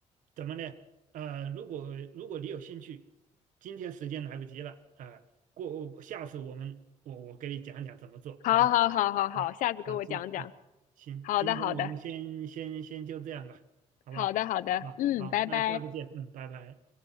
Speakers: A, on the right (about 85°); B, on the left (about 85°).
A: 怎么呢？呃，如果如果你有兴趣，今天时间来不及了啊，过下次我们我我给你讲讲怎么做，
B: 好好好好好，
A: 好不好？啊，
B: 下次给我讲讲。
A: 那今啊行，
B: 好的，
A: 今天我们先先先就这样吧，
B: 好的，
A: 好吧？
B: 好的，好的，
A: 啊好，
B: 嗯，拜拜。
A: 那下次见，嗯，拜拜。